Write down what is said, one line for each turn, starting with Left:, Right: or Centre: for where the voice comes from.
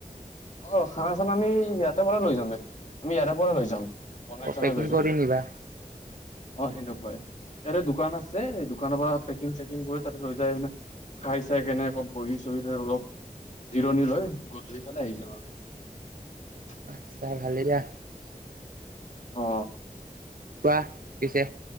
Left: অ খানা চানা আমি ইয়াতে পৰা লৈ যামগে আমি ইয়াৰে পৰা লৈ যাম বনাই চনাই
Right: পেকিং
Left: লৈ যাম
Right: কৰি নিবা
Left: অ সেনেকুৱাই ইয়াতে দোকান আছে দোকানৰ পৰা পেকিং চেকিং কৰি তাতে লৈ যাই পিনে খাই চাই কেনেক বহি চহি অলপ জিৰণি লৈ গধূলি ফালে আহি য <unintelligible>
Right: আচছা ভালেই দা।
Left: অ
Right: কোৱা পিছে।